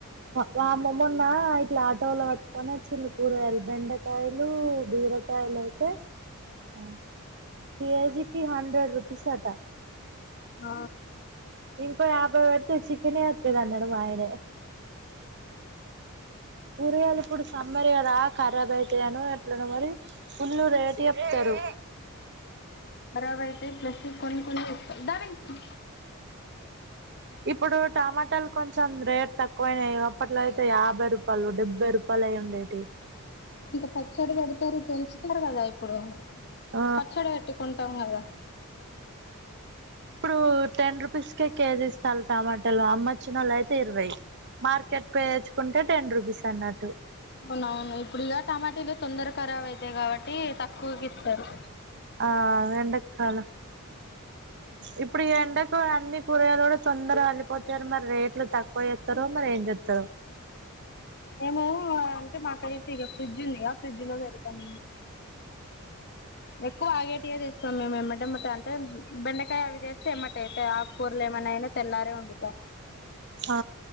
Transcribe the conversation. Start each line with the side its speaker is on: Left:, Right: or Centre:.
Right: వామ్మో మొన్న ఇట్లా ఆటోల పట్టుకొని చిల్లు కూరయలు బెండకాయలు బీరకాయలు అయితే ఆ కేజీకి హండ్రెడ్ రూపీస్ అట
Left: హ
Right: ఇంకో యాభై పెడితే చికెనే అత్తది అన్నాడు మా ఆయనే కూరగాలు ఇప్పుడు సమ్మర్ కదా ఖరాబ్ అయితను ఎట్లానో మరి ఫుల్లు రేట్ చెప్తారు
Left: ఖరాబ్ అయితే ప్లస్ కొన్ని కొన్ని తెచు
Right: ఇప్పుడు టమాటాలు కొంచెం రేట్ తక్కువయినాయి అప్పట్లో అయితే యాభై రూపాయలు డెబ్బై రూపాయలు అయి ఉండేవి
Left: ఇంకా పచ్చడి పెడితది పెంచుతారు కదా ఇప్పుడు
Right: ఆ
Left: పచ్చడి పెట్టుకుంటాం కదా
Right: ఇప్పుడు టెన్ రూపీస్ కేజీ ఇ బస్తాలు టమాటాలు అమ్మోచ్చిన వాళ్ళు అయితే ఇరవై మార్కెట్ పోయి తెచ్చుకుంటే టెన్ రూపీస్ అన్నట్టు
Left: అవునవును ఇప్పుడు ఇక టమాటలు తొందర ఖరాబ్ అయితాయి కాబట్టి తక్కువకి ఇస్తరు
Right: ఆ ఎండ కాల ఇప్పుడు ఈ ఎండకు అన్ని కూరగాయలు కూడా తొందరగా వడలిపోతారు మరి రేట్లు తక్కువ చేస్తారో మరి ఏం చెస్తారో
Left: మేము అంటే మాకైతే ఇగ ఫ్రిడ్జ్ ఉందిగ ఫ్రిడ్జ్ లో పెడతాం ఎక్కువ ఆగే <unintelligible> చేస్తాం మేము ఏమ్మటెమ్మటే అంటే బెండకాయ అవి చేస్తే ఎమ్మటే అయితాయ్, ఆకుకూరలు ఏమైనయినా తెల్లారే వండుతా.
Right: ఆ